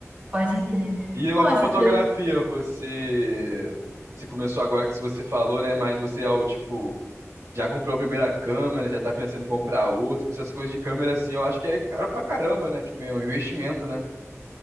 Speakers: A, on the right; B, on the right.
A: Pode crer.
B: E negócio
A: Pô,
B: de
A: você...
B: fotografia,
A: tá-
B: você. Você começou agora que você falou, né? Mas você é o tipo. Já comprou a primeira câmera, já tá pensando em comprar outra, porque essas coisas de câmera assim, eu acho que é caro pra caramba, né? Tipo, é um investimento, né?